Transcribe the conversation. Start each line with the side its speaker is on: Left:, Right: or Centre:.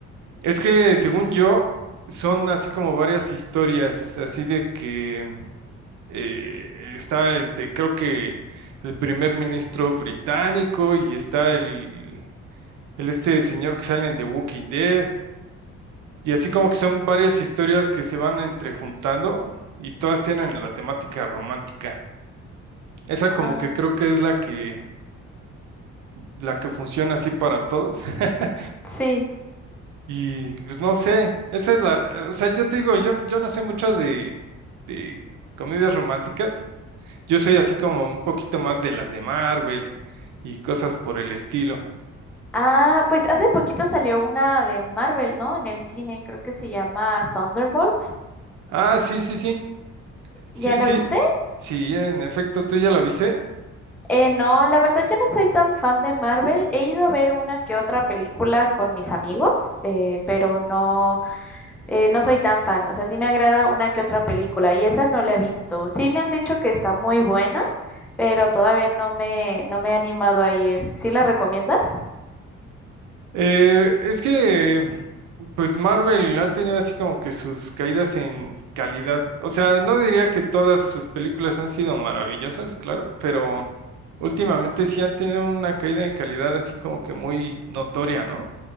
Right: Es que según yo, son así como varias historias, así de que eh, está, este, creo que el primer ministro británico y está el, el este señor que sale en The Walking Dead. Y así como que son varias historias que se van entrejuntando y todas tienen la temática romántica. Esa
Centre: Ah,
Right: como que creo que es la que, la que funciona así para todos. <laughs>
Centre: sí.
Right: Y pues no sé, esa es la, o sea, yo te digo, yo, yo no sé mucho de, de comedias románticas. Yo soy así como un poquito más de las de Marvel y cosas por el estilo.
Centre: Ah, pues hace poquito salió una de Marvel, ¿no? En el cine, creo que se llama Thunderbolts.
Right: Ah, sí, sí, sí, sí,
Centre: ¿Ya la
Right: sí,
Centre: viste?
Right: sí, en efecto, ¿tú ya la viste?
Centre: Eh, no, la verdad yo no soy tan fan de Marvel. He ido a ver una que otra película con mis amigos, eh, pero no, eh, no soy tan fan. O sea, sí me agrada una que otra película y esa no la he visto. Sí me han dicho que está muy buena, pero todavía no me, no me he animado a ir. ¿Sí la recomiendas?
Right: Eh, es que, pues Marvel ha tenido así como que sus caídas en calidad. O sea, no diría que todas sus películas han sido maravillosas, claro, pero últimamente sí han tenido una caída en calidad así como que muy notoria, ¿no?